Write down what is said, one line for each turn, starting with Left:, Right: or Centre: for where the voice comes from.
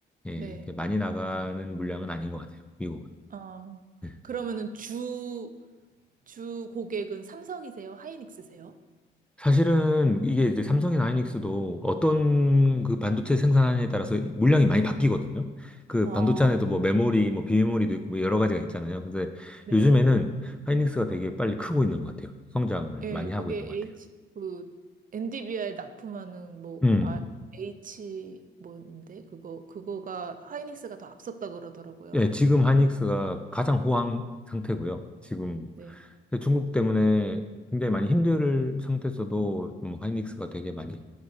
Centre: 예, 이렇게
Right: 네.
Centre: 많이 나가는 물량은 아닌 것 같아요. 미국은.
Right: 아,
Centre: 네.
Right: 그러면은 주, 주 고객은 삼성이세요? 하이닉스세요?
Centre: 사실은 이게 이제 삼성이나 하이닉스도 어떤 그 반도체 생산에 따라서 물량이 많이 바뀌거든요. 그
Right: 어,
Centre: 반도체 안에도 뭐 메모리, 뭐 비메모리도 있고 뭐 여러 가지가 있잖아요. 근데
Right: 네.
Centre: 요즘에는 하이닉스가 되게 빨리 크고 있는 것 같아요. 성장을
Right: 예,
Centre: 많이
Right: 그게
Centre: 하고 있는 것
Right: H,
Centre: 같아요.
Right: 그, 엔디비아에 납품하는, 뭐,
Centre: 음.
Right: 그, 아, H, 뭔데? 그거, 그거가 하이닉스가 더 앞섰다 그러더라고요.
Centre: 예, 지금 하이닉스가 가장 호황 상태고요. 지금
Right: 네.
Centre: 중국 때문에 굉장히 많이 힘들 상태에서도 뭐 하이닉스가 되게 많이